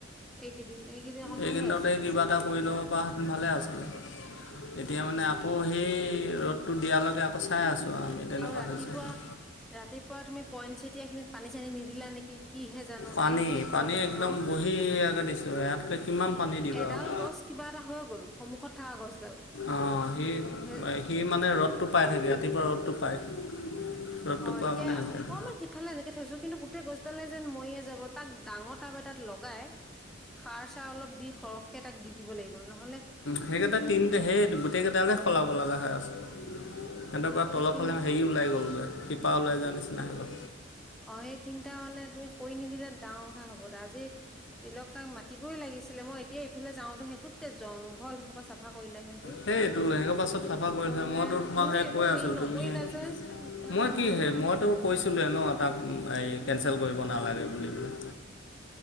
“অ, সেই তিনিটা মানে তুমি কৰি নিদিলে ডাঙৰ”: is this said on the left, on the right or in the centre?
Centre